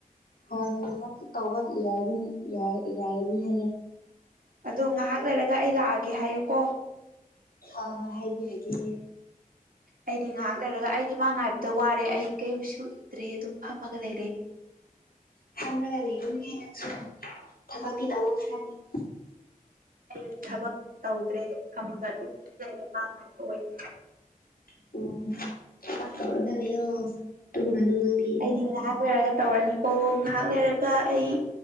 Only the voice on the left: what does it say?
ꯍꯣꯏ ꯉꯥꯏꯍꯥꯛ ꯇꯧꯕ ꯌꯥꯅꯤ ꯌꯥꯔꯅꯤ ꯍꯥꯏꯌꯦ
ꯍꯣꯏꯍꯣꯏ ꯍꯥꯏꯕꯤꯔꯒꯦꯌꯦ
UNINTELLIGIBLE
UNINTELLIGIBLE